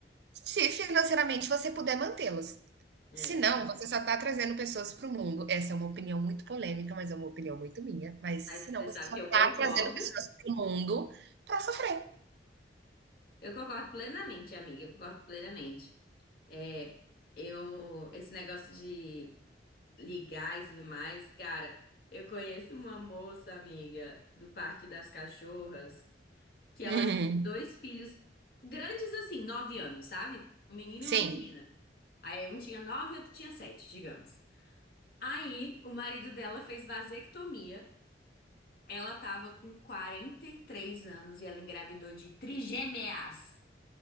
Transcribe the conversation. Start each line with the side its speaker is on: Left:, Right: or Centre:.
Right: Se financeiramente você puder mantê-los.
Left: é.
Right: Se não, você só está trazendo pessoas para o mundo. Essa é uma opinião muito polêmica, mas é uma opinião muito minha. Mas
Left: Mas
Right: se não,
Left: você
Right: você
Left: sabe
Right: só
Left: que
Right: está
Left: eu concordo.
Right: trazendo pessoas para o mundo para sofrer.
Left: Eu concordo plenamente, amiga, eu concordo plenamente. É, eu, esse negócio de ligar e tudo mais, cara, eu conheço uma moça, amiga, do Parque das Cachorras, que ela
Right: Uhum.
Left: tinha dois filhos grandes assim, nove anos, sabe? Um menino e uma
Right: Sim,
Left: menina. Aí um tinha nove e outro tinha sete, digamos. Aí o marido dela fez vasectomia, ela tava com 43 anos e ela engravidou de trigêmeas.